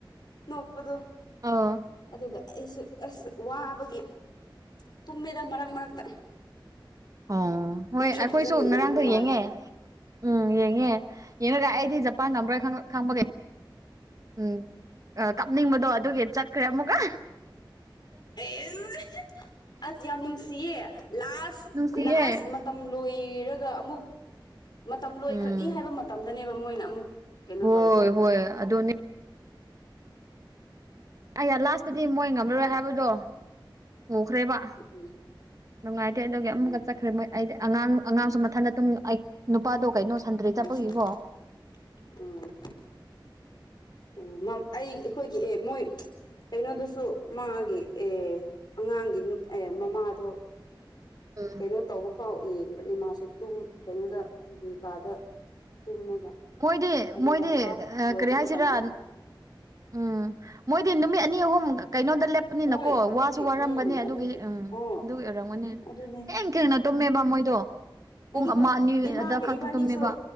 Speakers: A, on the left (about 60°); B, on the right (about 45°).
A: ꯅꯣꯛꯄꯗꯣ
B: ꯑꯧ
A: ꯑꯗꯨꯒ ꯑꯩꯁꯨ ꯑꯁ ꯋꯥꯕꯒꯤ ꯇꯨꯝꯃꯦꯗ ꯃꯔꯛ ꯃꯔꯛꯇ
B: ꯑꯥ ꯍꯣꯏ
A: ꯅꯣꯏꯁꯨ
B: ꯑꯩꯈꯣꯏꯁꯨ
A: ꯐꯖꯅ
B: ꯉꯔꯥꯡꯗꯣ
A: ꯌꯦꯡꯕ ꯃꯥꯜꯂꯦ
B: ꯌꯦꯡꯉꯦ ꯎꯝ ꯌꯦꯡꯉꯦ ꯌꯦꯡꯉꯒ ꯑꯩꯗꯤ ꯖꯄꯥꯟ ꯉꯝꯕ꯭ꯔ ꯈ ꯈꯪꯕꯒꯦ ꯎꯝ ꯀꯞꯅꯤꯡꯕꯗꯣ ꯑꯗꯨꯒꯤ ꯆꯠꯈ꯭ꯔꯦ ꯑꯃꯨꯛꯀꯥ
A: ꯑꯦꯁ ꯑꯁ ꯌꯥꯝ ꯅꯨꯡꯁꯤꯌꯦ ꯂꯥꯁ
B: ꯅꯨꯡꯁꯤꯌꯦ
A: ꯂꯥꯁ ꯃꯇꯝ ꯂꯣꯏꯔꯒ ꯑꯃꯨꯛ ꯃꯇꯝ ꯂꯣꯏꯈ꯭ꯔꯛꯅꯤ
B: ꯎꯝ
A: ꯍꯥꯏꯕ ꯃꯇꯝꯗꯅꯦꯕ ꯃꯣꯏꯅ ꯑꯃꯨꯛ ꯀꯩꯅꯣ
B: ꯍꯣꯏ
A: ꯇꯧꯕꯗꯣ
B: ꯍꯣꯏ
A: <inaudible>
B: ꯑꯗꯨꯅꯦ ꯑꯩꯅ ꯂꯥꯁꯇꯗꯤ ꯃꯣꯏ ꯉꯝꯃꯔꯣꯏ
A: ꯕꯤꯔꯥꯅꯤ
B: ꯍꯥꯏꯕꯗꯣ ꯎꯈ꯭ꯔꯦꯕ
A: ꯎꯝ
B: ꯅꯨꯡꯉꯥꯏꯇꯦ ꯑꯗꯨꯒꯤ ꯑꯃꯨꯛꯀ
A: ꯎꯝ
B: ꯆꯠꯈ꯭ꯔꯦ ꯃꯣꯏ ꯑꯩꯗꯤ ꯑꯉꯥꯡ ꯑꯉꯥꯡꯁꯨ ꯃꯊꯟꯇ ꯇꯨꯝ ꯑꯩ ꯅꯨꯄꯥꯗꯣ ꯀꯩꯅꯣ ꯁꯟꯇ꯭ꯔꯤ
A: <inaudible>
B: ꯆꯠꯄꯒꯤꯀꯣ
A: <unintelligible> <unintelligible> ꯑꯩ ꯑꯩꯈꯣꯏꯒꯤ ꯑꯦ ꯃꯣꯏ ꯀꯩꯅꯣꯗꯨꯁꯨ ꯃꯥꯒꯤ ꯑꯦ ꯑꯉꯥꯡꯒꯤ ꯅꯨ ꯑꯦ ꯃꯃꯥꯗꯣ
B: ꯎꯝ
A: ꯀꯩꯅꯣ ꯇꯧꯕ ꯐꯥꯎ ꯌꯦꯡꯕꯅꯤ ꯃꯥꯁꯨ ꯇꯨꯝ ꯀꯩꯅꯣꯗ ꯇꯤꯚꯤ ꯀꯥꯗ ꯇꯨꯝꯃꯒ
B: ꯃꯣꯏꯗꯤ
A: ꯑꯗꯨꯒ
B: ꯃꯣꯏꯗꯤ
A: ꯍꯥꯐ
B: ꯑ
A: ꯂꯣꯏꯕ
B: ꯀꯔꯤ ꯍꯥꯏꯁꯤꯔꯥ
A: ꯃꯇꯝꯗ
B: ꯎꯝ ꯃꯣꯏꯗꯤ ꯅꯨꯃꯤꯠ ꯑꯅꯤ ꯑꯍꯨꯝ ꯀꯩꯅꯣꯗ ꯂꯦꯞꯄꯅꯤꯅꯀꯣ
A: ꯍꯣꯏ ꯑꯗꯨꯒꯤ
B: ꯋꯥꯁꯨ ꯋꯥꯔꯝꯒꯅꯤ
A: ꯎꯝ
B: ꯑꯗꯨꯒꯤ ꯎꯝ
A: ꯑꯣ
B: ꯑꯗꯨꯒꯤ ꯑꯣꯏꯔꯝꯒꯅꯤ
A: ꯑꯗꯨꯅꯦ
B: ꯊꯦꯡ ꯊꯦꯡꯅ ꯇꯨꯝꯃꯦꯕ ꯃꯣꯏꯗꯣ ꯄꯨꯡ
A: ꯑꯗꯨꯕꯨ
B: ꯑꯃ ꯑꯅꯤ
A: ꯏꯃꯥꯒ
B: ꯑꯗ ꯈꯛꯇ
A: ꯏꯕꯥꯅꯤꯁꯨ
B: ꯇꯨꯝꯃꯦꯕ